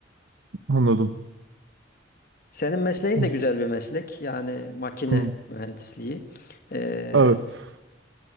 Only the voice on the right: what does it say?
Anladım.
Uz-
hı.
Evet.